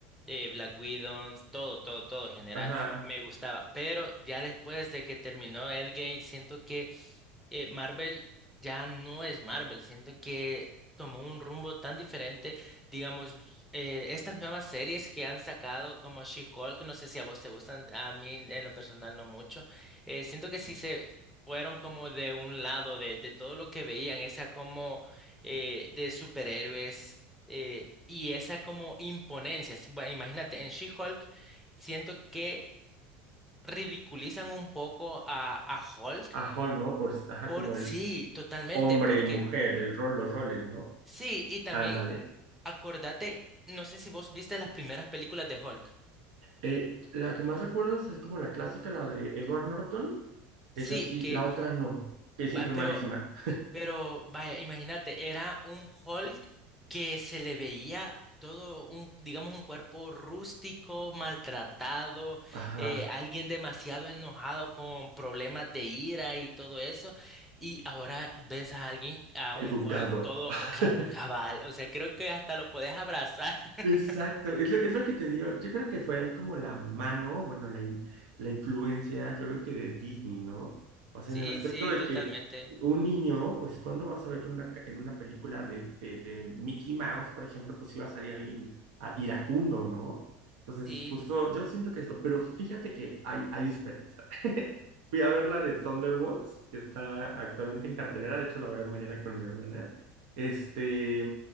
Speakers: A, in the centre; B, on the right.
A: eh, Black Widow, todo, todo, todo en general,
B: Ajá.
A: me gustaba. Pero ya después de que terminó Endgame, siento que eh, Marvel ya no es Marvel, siento que tomó un rumbo tan diferente digamos, eh, estas nuevas series que han sacado como She-Hulk, no sé si a vos te gustan, a mí en lo personal no mucho, eh, siento que sí se fueron como de un lado de, de todo lo que veían, esa como eh, de superhéroes eh, y esa como imponencia. Si- bueno, imagínate, en She-Hulk siento que ridiculizan un poco a, a Hulk
B: a Hall, ¿no? Por, ajá,
A: por
B: como
A: sí,
B: el
A: totalmente,
B: hombre
A: porque
B: y mujer, el rol, los roles, ¿no?
A: sí, y también
B: Ándale.
A: Acordate, no sé si vos viste las primeras películas de Hulk.
B: Eh, la que más recuerdo es así como la clásica, la de Edward Norton.
A: Sí,
B: Es así,
A: que
B: la otra no, que dicen
A: va,
B: que es
A: pero,
B: malísima.
A: pero vaya, imagínate, era un Hulk que se le veía todo un, digamos, un cuerpo rústico, maltratado,
B: Ajá,
A: eh, alguien demasiado enojado con problemas de ira y todo eso. Y ahora ves a alguien, a
B: educado.
A: un Hulk todo
B: <laughs>
A: ca- cabal. O sea, creo que hasta lo podés abrazar. <laughs>
B: Exacto, es lo, es lo que te digo. Yo creo que fue ahí como la mano, bueno, la, in- la influencia, yo creo que de Disney, ¿no? O
A: Sí,
B: sea, en el aspecto
A: sí,
B: de
A: totalmente.
B: que un niño, pues, ¿cuándo vas a ver que en una, ca- en una película de, de, de Mickey Mouse, por ejemplo, pues iba a salir alguien a- iracundo, ¿no? Entonces,
A: Sí.
B: justo yo siento que eso, pero fíjate que hay, hay esperanza. <laughs> Fui a ver la de Thunderbolts, que está actualmente en cartelera, de hecho la voy a ver mañana con mi hermana. Este